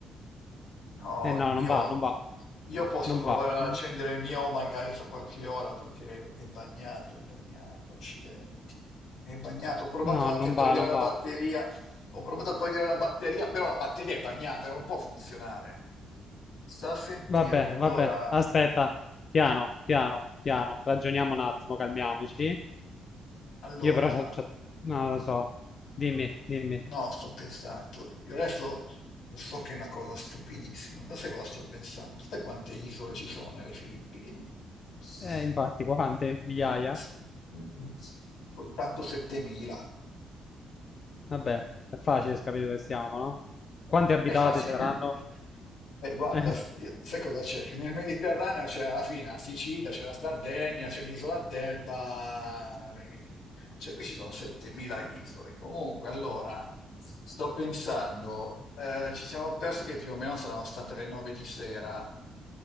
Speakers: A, on the left (about 80°); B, on the left (about 45°).
A: No,
B: Eh no,
A: il mio...
B: non va, non va.
A: Io posso
B: Non
A: provare
B: va.
A: ad accendere
B: non-
A: il mio magari fra qualche ora perché è bagnato, è bagnato, accidenti. È bagnato. Ho provato
B: No,
A: anche
B: non
A: a togliere
B: va, non
A: la
B: va.
A: batteria. Ho provato a togliere la batteria, però la batteria è bagnata, non può funzionare. Sta a sentire.
B: Vabbè,
A: Allora,
B: vabbè. Aspetta. Piano, piano, piano. Ragioniamo un attimo, calmiamoci.
A: allora.
B: Io però c'ho, c'ho- non lo so. Dimmi, dimmi.
A: No, sto pensando. Io adesso lo so che è una cosa stupidissima, però sai cosa sto pensando? Sai quante isole ci sono nelle Filippine? S-
B: Eh, infatti, quante? Migliaia?
A: s- mm, Soltanto 7.000.
B: Vabbè, è facile capire dove stiamo, no? Quante abitate
A: È facile.
B: saranno?
A: <laughs> Eh, guarda,
B: Eh,
A: s- io- sai cosa c'è? Che nel Mediterraneo c'è alla fine la Sicilia, c'è la Sardegna, c'è l'isola d'Elba, le- cioè qui ci sono 7.000 isole. Comunque, allora, sto pensando, eh, ci siamo persi che più o meno saranno state le 9 di sera.